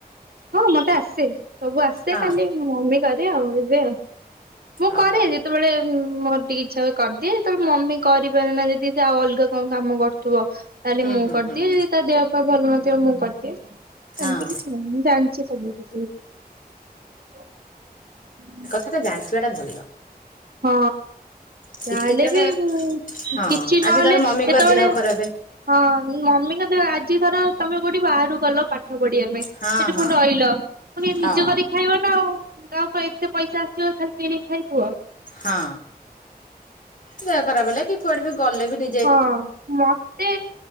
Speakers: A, on the right (about 70°); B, on the left (about 55°).
A: ହଁ ମତେ ଆସେ ସବୁ ଆସେ
B: ହଁ
A: ଖାଲି ମମି କରେ ଆଉ ଏବେ ଆଉ, ମୁଁ
B: ହ
A: କରେ
B: ହ
A: ଯେ ତବଳେ ମୋର ଟିକେ ଇଚ୍ଛା ହୁଏ କରିଦିଏ, ଯେତେବେଳେ ମମି କରିପାରେନା ଯଦି ସେ ଆଉ ଅଲଗା କଣ କାମ କରୁଥିବ ତାହେଲେ
B: ହୁଁ
A: ମୁଁ
B: ହୁଁ
A: କରିଦିଏ
B: ହୁଁ।
A: ଯଦି ତା ଦେହପାହା ଭଲ ନଥିବ ମୁଁ କରିଦିଏ ସେମ୍ତି
B: ହଁ
A: କିଛି ନାହିଁଁ। ଜାଣିଚି ସବୁ କିଛି <inaudible>
B: ହଁ ତ ଜାଣିଥିବାଟା ଭଲ।
A: ହଁ।
B: ଶିଖିଥିବା
A: ଯାହାହେଲେ ବି
B: ଟା
A: ଉଁ
B: ହଁ
A: କିଛି
B: ଆଜି
A: ନହେଲେ
B: ଧର ମମିଙ୍କ
A: କେତେବେଳେ
B: ଦେହ ଖରାପ
A: ହଁ ମମିଙ୍କ ଦେହ ଆଜି ଧର ତମେ କୋଉଠି ବାହାରୁ ଗଲ ପା ଠ ପଢିବା ପାଇଁ ସେଠି
B: ହଁ ହଁ
A: ପୁଣି ରହିଲ ପୁଣି
B: ହଁ
A: ନିଜେ କରି ଖାଇବ ନା ଆଉ <unintelligible> କାଇ ଏତେ ପଇସା ଆସଥିବ ଖାଲି କିଣି ଖାଇ ସୁଅ।
B: ହଁ ଦେହ ଖରାପ ହେଲେ କି କୁଆଡେ ବି ଗଲେ ବି ନି
A: ହଁ ମୋତେ